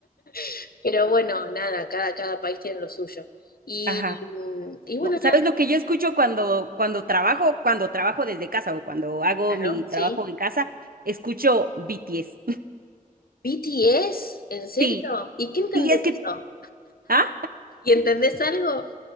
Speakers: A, on the left; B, on the right.
A: <laughs> Pero bueno, nada, cada, cada país tiene lo suyo. Y,
B: Ajá.
A: y bueno,
B: No, ¿sabes
A: nada,
B: lo
A: yo-
B: que yo escucho cuando, cuando trabajo, cuando trabajo desde casa o cuando hago mi
A: ¿no?
B: trabajo
A: Sí,
B: en casa? Escucho BTS.
A: ¿BTS? ¿En serio?
B: Sí,
A: ¿Y qué entendés
B: sí, es
A: de
B: que,
A: eso?
B: ¿ah?
A: ¿Y entendés algo?